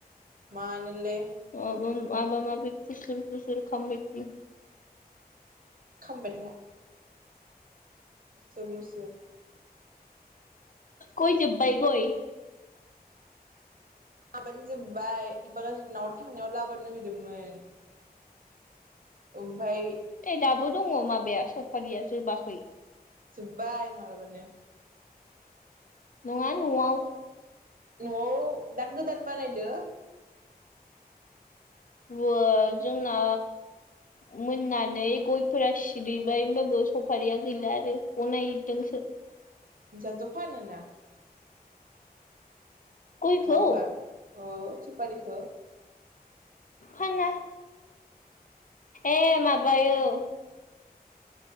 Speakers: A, on the right (about 60°); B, on the left (about 55°).
A: मानोलै?
B: <unintelligible> माबा माबि फुसुर फुसुर खामबाय।
A: खाम बायदिया जेबो ल'स जाया
B: गय जोबबाय गय
A: माबानो जोबबाय इबागाज न'आव थांनायाव लाबोनो होदोंमोन आमफ्राय
B: एह दाबो दङ माबाया सपारिया जोबाखै
A: जोबबाय मालाबानो
B: नङा न'आव
A: न'आव दा गोदान बानायदो
B: बा जोंना मोननानै गयफोरा सिरिबाय होमबाबो सफारिया गैला आरो गनायदोंसो।
A: नोंस्राथ' फानोना?
B: गयखौ
A: नङा होमबा ओ सुपारिखो
B: फाना ए माबायो